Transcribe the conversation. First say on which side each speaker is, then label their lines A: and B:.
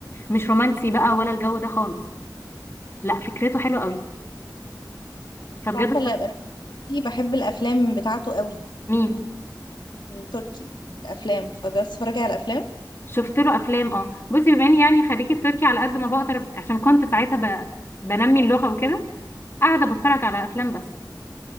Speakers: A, on the left; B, on the left.
A: مش رومانسي بقى ولا الجو ده خالص لا فكرته حلوه قوي
B: اوكي
A: فبجد
B: انت عارفة
A: <laughs>
B: اللي
A: اتفرجت-
B: انا في- بحب الافلام بتاعته قوي
A: مين
B: التركي الافلام فجربت تتفرجي على الافلام
A: شفت له افلام اه بصي بما اني يعني خريجه تركي على قد ما بقدر عشان كنت ساعتها ب... بنمي اللغه وكده قاعده بتفرج على افلام
B: مم.
A: بس